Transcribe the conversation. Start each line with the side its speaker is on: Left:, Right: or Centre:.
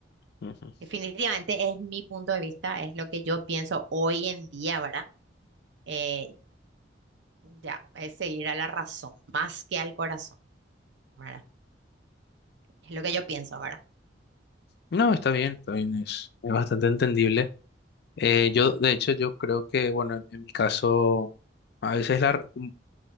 Left: ujú, ujú.
Right: Definitivamente es mi punto de vista, es lo que yo pienso hoy en día, ¿verdad? Eh, ya, es seguir a la razón, más que al corazón, ¿verdad? Es lo que yo pienso, ¿verdad?
Left: No, está bien, está bien, es, es bastante entendible. Eh, yo, de hecho, yo creo que, bueno, en mi caso, a veces la, ra- mm,